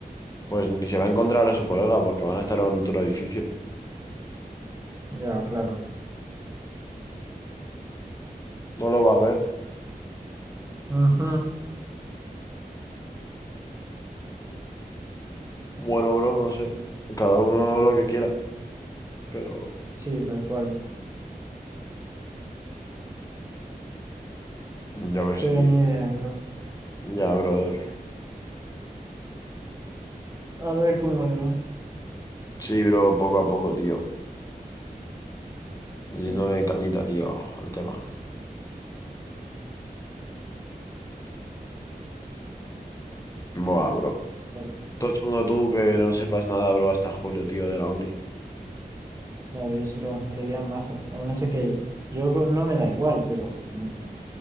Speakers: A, on the left; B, on the right.
A: Pues ni se va a encontrar a su colega porque van a estar en otro edificio.
B: Ya, claro.
A: No lo va a ver.
B: Ujú.
A: Bueno, bro, no sé. Cada uno lo que quiera. Pero
B: Sí, tal cual.
A: yo qué sé,
B: Pero
A: tío.
B: ni idea, bro.
A: Ya, brother.
B: A ver cómo le va.
A: Sí, bro, poco a poco, tío. Metiéndole
B: Sí,
A: cañita, tío, al tema. Buah, bro.
B: tal cual.
A: Todo chungo tú que no sepas nada, bro, hasta julio, tío, de la uni.
B: Ya ves, bro. Me lo lían mazo. Además de que yo co- no me da igual, pero como que,